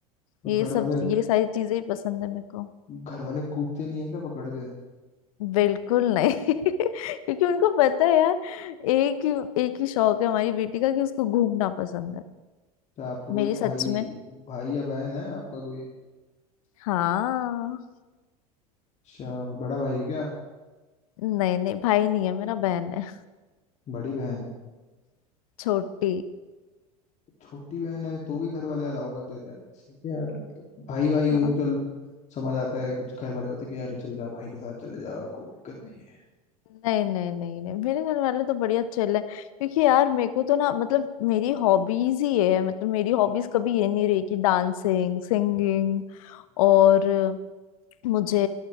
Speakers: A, on the left; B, on the left.
A: तो
B: ये
A: घर
B: सब
A: वाले
B: ये सारी चीजें ही पसंद है मेरे को
A: घर वाले कूटते नहीं है क्या पकड़ के
B: बिल्कुल नहीं <laughs> क्योंकि उनको पता है यार एक ही एक ही शौक है हमारी बेटी का कि उसको घूमना पसंद है
A: क्या आपका कोई
B: मेरी सच
A: भाई
B: में
A: भाई या बहन है आपका कोई
B: हाँ
A: अच्छा बड़ा भाई है क्या
B: नहीं नहीं भाई नहीं है मेरा बहन है
A: बड़ी बहन
B: <laughs> छोटी
A: छोटी बहन है तो भी घर वाले अलाउ कर देते हैं भाई सही है यार मतलब भाई भाई हो
B: हाँ
A: तो चल समझ आता है कुछ घर वाले होते हैं कि यार ये चल जा भाई के साथ चले जा कोई दिक्कत नहीं है
B: नहीं नहीं नहीं नहीं मेरे घर वाले तो बढ़िया चिल है क्योंकि यार मेरे को तो ना मतलब मेरी हॉबीज ही है मतलब मेरी हॉबीज कभी ये नहीं रही कि डांसिंग सिंगिंग और मुझे